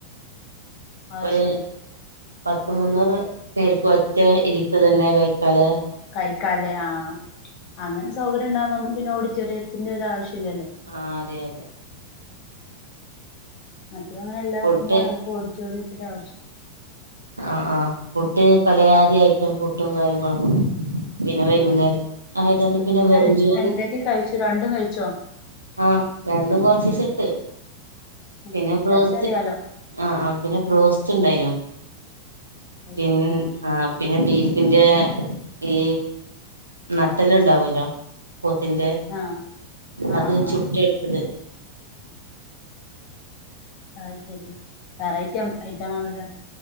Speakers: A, on the left; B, on the right.
A: അത്
B: ഒര്
A: ശരി
B: പത്ത് മുന്നൂറ് പേർക്ക് ഒറ്റ ഇരിപ്പ് തന്നെ കഴിക്കാല്ലേ
A: കൈക്കാലേ ആഹ് അങ്ങനെ സൗകര്യം ഉണ്ടാകുമ്പോ പിന്നെ ഓഡിറ്റോറിയത്തിന്റെ ഒര് ആവിശ്യ ഇില്ലല്ലോ
B: ആഹ് അതെ അതെ
A: മറ്റേ അങ്ങനല്ലാക്കുമ്പോളാണ്
B: ഫുഡ്
A: ങ്ങൾക് ഒടിറ്റോറിയത്തിന്റെ ആവിശ്യം
B: ആഹ് ആഹ് ഫുഡ് പലയാദി ഐറ്റം ഫുഡും കാര്യങ്ങളും പിന്നെ വൈകുന്നേരം
A: ഉം
B: ആയതൊണ്ട് പിന്നെ വെറുംചോറ്
A: രൺ എന്തൊക്കെ കഴിച്ചു രണ്ടും കഴിച്ചോ
B: ആഹ് രണ്ടും കൊറച്ചീച്ച ഇട്ട്
A: ഉം.
B: പിന്ന ബ്രോസ്റ്റ്
A: ടേസ്റ്റ് അറിയാലോ
B: ആഹ് ആഹ് പിന്ന ബ്രോസ്റ്റ് ണ്ടായിനു
A: അത്
B: പിൻ
A: ശരി ഉം
B: ആഹ് പിന്ന ബീഫിന്റെ ഈ നട്ടല്ല് ണ്ടാവല്ലോ പോത്തിന്റെ
A: ആ ആ
B: അത്
A: ആ
B: ചുട്ട എടുത്തത്
A: അഹ് ശരി വെറൈറ്റി ഐറ്റം ആണല്ലോ